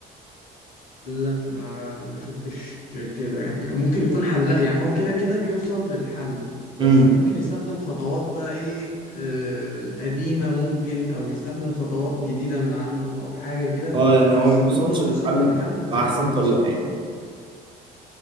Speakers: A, on the left; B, on the right.
A: لا ما ما شفتش كده يعني ممكن يكون حلاق يعني هو كده كده بيوصل للحل بس
B: امم
A: ممكن يستخدم خطوات بقى ايه آه قديمه ممكن او يستخدم خطوات جديده من عنده او حاجه كده
B: اه يعني هو
A: بس
B: ما بيوصلش
A: المهم ان هو بيوصل
B: للحل
A: للحل وفي
B: باحسن
A: الاخر بيبقى
B: طريقه
A: صح
B: يعني